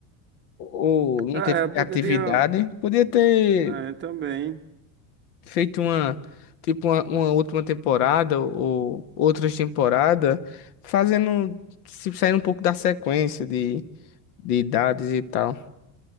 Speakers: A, on the left (about 75°); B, on the right (about 25°).
A: ou não
B: É,
A: teve
B: eu
A: criatividade.
B: poderia.
A: Podia ter
B: É, também.
A: feito uma, tipo, uma, uma última temporada, ou outras temporadas, fazendo, se saindo um pouco da sequência de, de idades e tal.